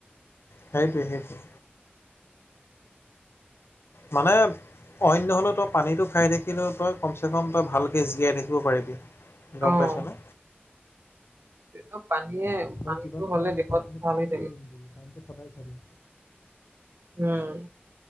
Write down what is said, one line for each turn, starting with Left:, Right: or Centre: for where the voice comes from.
Left: সেইটোৱে-সেইটোৱে। মানে অইন নহ'লেও তই পানীটো খাই থাকিলেও তই কমচে কম তই ভালকে জীয়াই থাকিব পাৰিবি। গম
Right: অ'
Left: পাইছ নে?
Right: এইটো পানীয়ে
Left: চ,
Right: পানীটো
Left: কিবা খাওঁ
Right: হ'লে
Left: নাখাওঁ
Right: দেহত
Left: কিন্তু
Right: ভাল
Left: পানীটো
Right: হৈ থাকে
Left: এৰি নিদিবি পানীটো সদায় খাবি।
Right: উম।